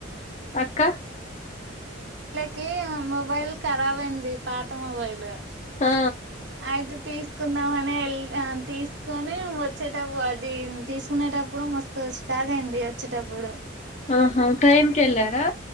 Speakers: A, on the left; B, on the right.
A: అక్క
B: కీ మొబైల్ ఖరాబ్ అయింది పాత మొబైల్
A: ఆ
B: అయితే తీసుకుందామని ఎల్ ఆ తీస్కొనీ వచ్చేటపు అదీ తీసుకునేటప్పుడు మస్త్ స్టాగ్ అయింది వచ్చేటప్పుడు.
A: ఆహా ట్రైన్ కెళ్లారా?